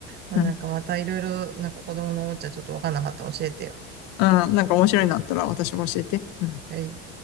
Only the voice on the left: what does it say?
うん。
うん。なんか面白いのあったら私も教えて。うん。